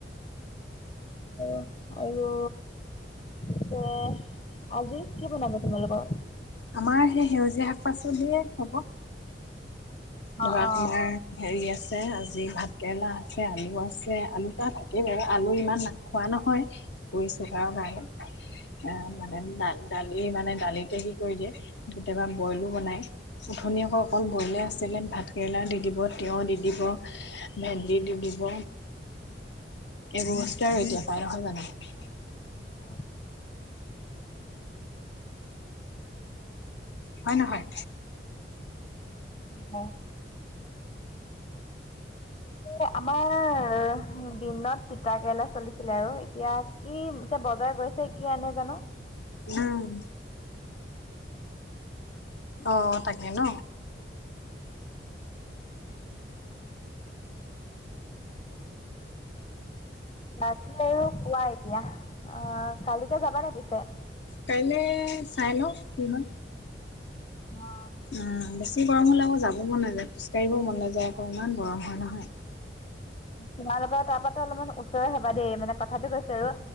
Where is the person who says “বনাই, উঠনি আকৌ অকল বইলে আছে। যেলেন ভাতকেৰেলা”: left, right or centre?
Left